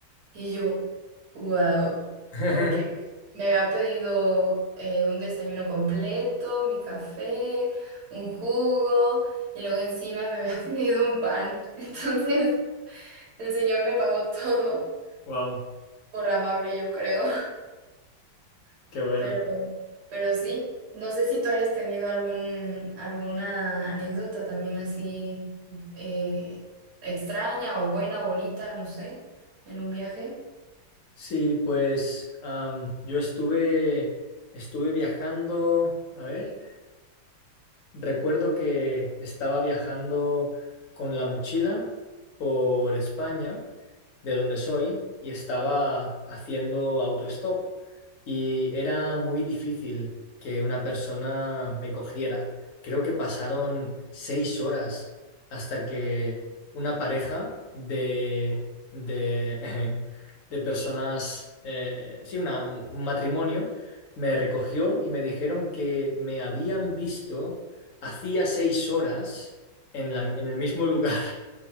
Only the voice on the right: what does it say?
Y yo, wow,
porque me había pedido eh, un desayuno completo, mi café, un jugo, y luego encima me había <laughs> pedido un pan. Entonces... El Señor me pagó <laughs> todo
por amable, yo creo, <laughs>
pero, pero sí. No sé si tú hayas tenido algún, alguna anécdota también así eh, extraña o buena o bonita, no sé, en un viaje.